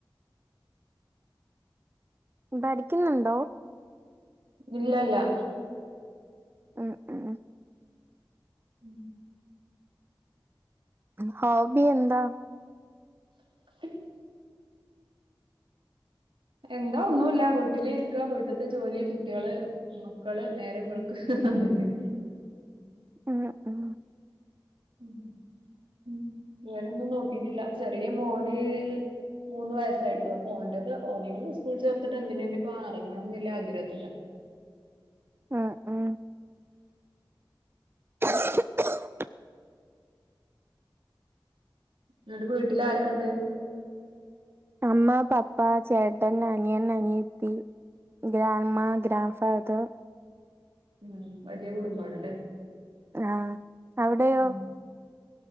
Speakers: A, on the right (about 30°); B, on the right (about 85°).
A: പഠിക്കുന്നുണ്ടോ?
B: ഇല്ലല്ല.
A: ഉം ഉം
B: ഉം
A: ഹോബി എന്താ?
B: <unintelligible> എന്താ ഒന്നുല്ല വീട്ടില് ഇരിക്ക വീട്ട്ത്തെ ജോലി കുട്ടിയാള് മക്കള് നേരം വെളുക്ക അതന്നെ
A: ഉം ഉം
B: ഉം ഉം വേറൊന്നും നോക്കിട്ടില്ല. ചെറിയ മോന് മൂന്ന് വയസായിട്ടുള്ളൂ അപ്പോ ഓന്റേത് ഓനെ കൂടി സ്കൂളിൽ ചേർത്തിട്ട് എന്തിനൊക്കെ എറങ്ങണം എന്നുള്ള ആഗ്രഹത്തിലാ.
A: ആ ആ <unintelligible>
B: എന്നിട്ട് വീട്ടില് ആരൊക്കെണ്ട്?
A: അമ്മ പപ്പ ചേട്ടൻ അനിയൻ അനിയത്തി. Grandma grandfather.
B: ഉം വലിയ കുടുംബാണല്ലേ.
A: ആ അവിടെയോ?
B: ഉം